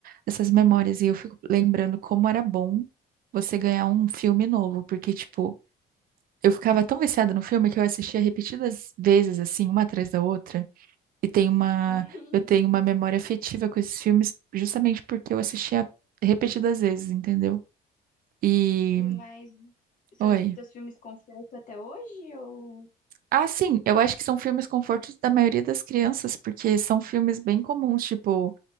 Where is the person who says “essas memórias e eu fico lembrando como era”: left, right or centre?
Right